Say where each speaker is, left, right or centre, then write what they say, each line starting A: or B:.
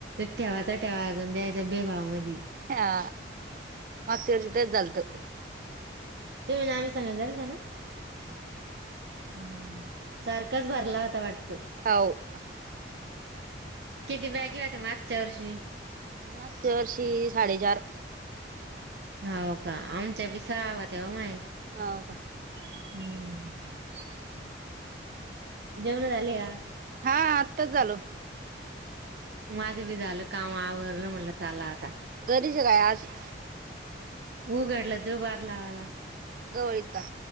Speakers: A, on the right; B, on the right.
A: ठेवाचा ठेवाचा द्यायचा बेभाव मधी
B: हा मागच्या वर्षी ते झालंत.
A: तुम्ही आम्ही सांगत झाल ना ना <inaudible> हम् सारखाच भरला होता वाटत
B: हव.
A: किती बॅगे होत मागच्या वर्षी?
B: मागच्या वर्षी साडेचार.
A: हॅव का? आमच्या वि सावा तेव माय.
B: होव का?
A: हम्म. जेवण झाले का?
B: हा आत्ताच झालो.
A: माझं बी झालं काम आवरलं म्हणटलं चाला आता
B: शकाय आज <inaudible>
A: उघडलं जो बाद लावाला
B: गवळीत का?